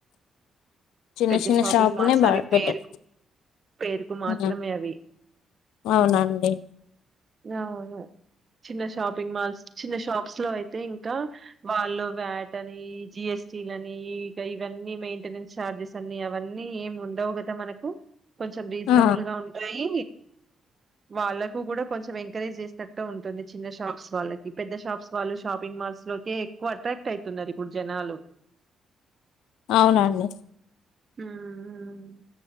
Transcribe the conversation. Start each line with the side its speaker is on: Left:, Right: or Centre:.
Left: చిన్న
Right: పెద్ద
Left: శిన్న
Right: షాపింగ్
Left: షాపుల్నె
Right: మాల్స్
Left: బా
Right: అవి
Left: బెటర్
Right: పేరుకు పేరుకు మాత్రమే
Left: ఉమ్.
Right: అవి.
Left: ఔనండి.
Right: నౌను. చిన్న షాపింగ్ మాల్స్ చిన్న షాప్స్లో అతే ఇంకా వాళ్ళు వ్యాట్ అని జిఎస్ స్టీల్ అని ఈ ఇవన్నీ మెయింటెనెన్స్ చార్జెస్ సన్నీ అవన్నీ ఏం ఉండవు గాద మనకు కొంచెం రీజెన్బుల్గా
Left: ఆ
Right: ఉంటాయి వాళ్ళకు గూడా కొంచెం ఎంకరేజ్ జేసనట్టో ఉంటుంది చిన్న షాప్స్ వాళ్ళకి పెద్ద షాప్స్ వాళ్ళు షాపింగ్ మాల్ స్లొకె ఎక్కువ అట్రాక్ట్ అయ్తున్నారిప్పుడు జనాలు.
Left: ఔనండి.
Right: ఊమ్